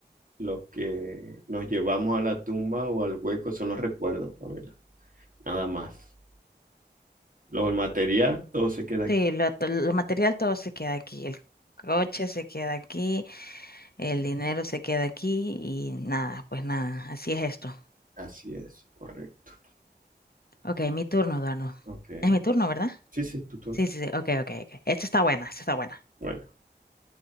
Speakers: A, on the right (about 50°); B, on the left (about 60°).
A: Lo que nos llevamos a la tumba o al hueco son los recuerdos, Pamela. Nada más. Lo, el material, todo se queda aquí.
B: Sí, lo, to- lo material todo se queda aquí, el coche se queda aquí, el dinero se queda aquí y nada, pues nada, así es esto.
A: Así es, correcto.
B: Ok, mi turno, Eduardo.
A: Ok.
B: Es mi turno, ¿verdad?
A: Sí, sí, tú,
B: Sí, sí, sí, ok, ok, ok. Esta está buena, esta está buena.
A: Bueno.